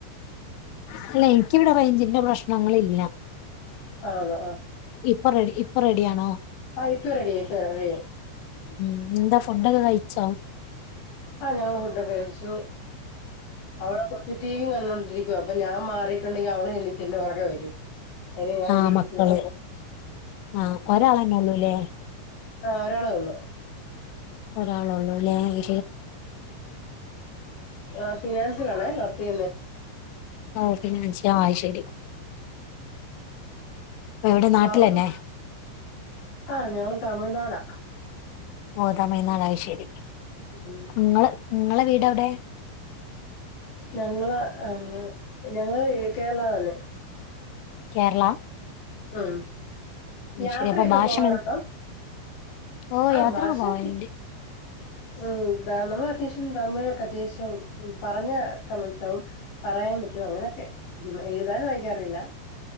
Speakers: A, on the left; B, on the left.
A: അല്ല എനിക്കിവിടെ റേഞ്ചിന്റെ പ്രശ്നങ്ങളില്ല
B: ആ ആ
A: ഇപ്പൊ റെഡി ഇപ്പൊ റെഡിയാണോ
B: ആ ഇപ്പൊ റെഡി ഇപ്പ റെഡിയാക്കി
A: ഉം ഇന്താ ഫുഡൊക്കെ കയിച്ച
B: ആഹ് ഞങ്ങള് ഫുഡൊക്കെ കഴിച്ചു അവിടെ കൊച്ച് ടി ണ്ടിരിക്ക അപ്പ ഞാൻ മാറിയിട്ടുണ്ടെങ്കിൽ അവളെ എഴണീത്തിന്റെ പുറകെ വരും അയിന് ഞാൻ ഇവിടെ
A: ആ
B: ഇരിക്കുവാ
A: മക്കള് ആ ഒരാളെന്നെ ഉള്ളൂ അല്ലേ
B: ആ ഒരാളെള്ളു
A: ഒരാളള്ളൂല്ലെ
B: ആ ഫിനാൻസിലാണേ വർക്ക് ചെയ്യുന്ന
A: ഓക്കൊ <unintelligible> ആയ് ശരി ഇവിടെ നാട്ടിലന്നെ
B: ആ ആ ആ ഞങ്ങള് തമിഴ്നാടാ
A: ഓ തമിഴ്നാടാ അയ്ശരി
B: ഉം
A: നിങ്ങള് നിങ്ങടെ വീട് എവിടെയാ
B: ഞങ്ങള് ആഞങ്ങള് കേരള വാന്ന്
A: കേരള
B: ഉം
A: അത്
B: യാത്രയൊക്കെ
A: ശരി അപ്പൊ ഭാഷ
B: പോവാറുണ്ടോ
A: മന ഓ
B: ആ
A: യാത്രയൊക്കെ
B: മാസത്തി
A: പോവലുണ്ട്
B: ഉ നമ്മൾ അത്യാവശ്യം തമിഴൊക്കെ അത്യാവശ്യം പറഞ്ഞൊക്കെ മനസ്സിലാവും പറയാൻ പറ്റും പറ്റും അങ്ങനെയൊക്കെ ഉ എഴുതാലും വായിക്കാറില്ല